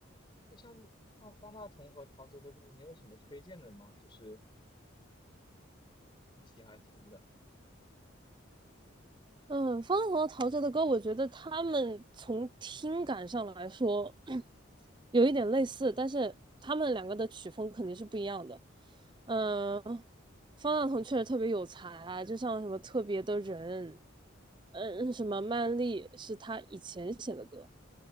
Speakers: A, on the left (about 25°); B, on the right (about 25°).
A: 就像像方大同和陶喆的歌，你有什么推荐的吗？就是你喜欢听的。
B: 嗯，方大同和陶喆的歌，我觉得他们从听感上来说有一点类似，但是他们两个的曲风肯定是不一样的。嗯，方大同确实特别有才啊，就像什么特别的人，嗯，什么曼丽是他以前写的歌，